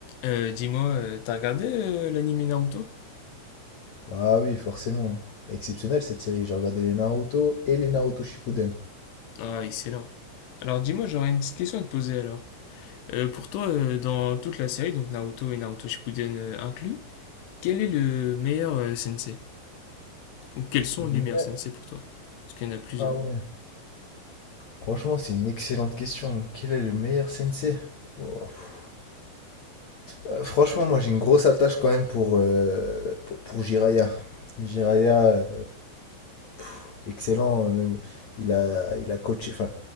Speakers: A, on the left; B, on the left.
A: Euh, dis-moi, euh, t'as regardé euh, l'anime Naruto?
B: Ah oui, forcément. exceptionnel cette série. J'ai regardé les Naruto et les Naruto Shippuden.
A: Ah, excellent. Alors dis-moi, j'aurais une petite question à te poser alors. Euh, pour toi, euh, dans toute la série, donc Naruto et Naruto Shippuden euh, inclus, quel est le meilleur euh, sensei? Ou quels sont
B: Le
A: les
B: meilleur-
A: meilleurs sensei pour toi? Parce qu'il y en a plusieurs.
B: Ah ouais. Franchement, c'est une excellente question. Quel est le meilleur sensei? Oh, pff. Euh, franchement, moi j'ai une grosse attache quand même pour, euh, pour, pour Jiraiya. Jiraiya, euh, pff, excellent. euh, Même, il a, il a coaché, enfin,